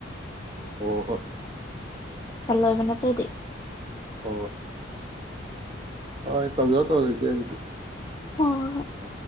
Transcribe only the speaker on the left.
ꯆꯂꯣꯏꯕ ꯅꯠꯇꯇꯩꯗꯤꯗꯤ
ꯍꯣꯏ ꯍꯣꯏ ꯍꯣꯏ